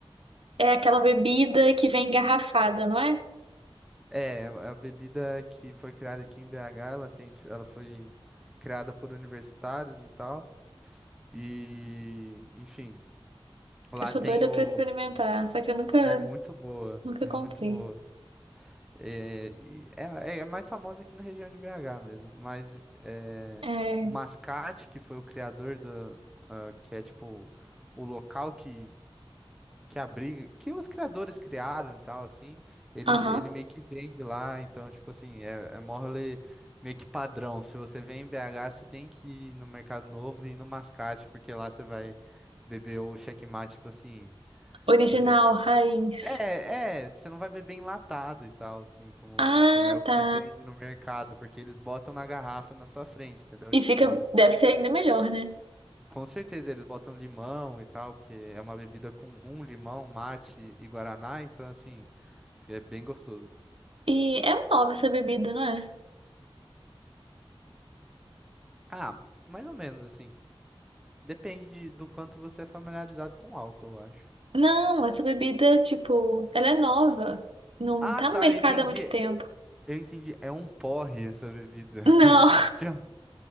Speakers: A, on the right; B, in the centre.
A: É aquela bebida que vem engarrafada, não é?
B: É, a bebida que foi criada aqui em BH, ela tem, ela foi criada por universitários e tal. E, enfim, lá
A: Eu sou
B: tem
A: doida
B: o,
A: pra experimentar, só que eu nunca,
B: É muito boa,
A: nunca
B: é
A: comprei.
B: muito boa. É, e- é, é é mais famosa aqui na região de BH mesmo, mas é,
A: É,
B: o Mascate, que foi o criador do, ah, que é tipo o local que, que abriga, que os criadores criaram e tal, assim, ele,
A: aham.
B: ele meio que vende lá, então, tipo assim, é, é mole meio que padrão. Se você vem em BH, você tem que ir no Mercado Novo e ir no Mascate, porque lá você vai beber o checkmate, tipo assim,
A: Original,
B: é, é que
A: raiz.
B: é, é, você não vai beber enlatado e tal, assim, como,
A: Ah,
B: como é o
A: tá.
B: que vende no mercado, porque eles botam na garrafa na sua frente, entendeu? Tipo,
A: E fica,
B: como,
A: deve ser ainda melhor, né?
B: com certeza eles botam limão e tal, porque é uma bebida com rum, limão, mate e guaraná, então, assim, é bem gostoso.
A: E é nova essa bebida, não é?
B: Ah, mais ou menos, assim, depende de- do quanto você é familiarizado com álcool, eu acho.
A: Não, essa bebida, tipo, ela é nova. Não
B: Ah,
A: tá
B: tá,
A: no mercado
B: entendi.
A: há muito tempo.
B: Eu entendi. É um porre essa bebida. <laughs>
A: Não.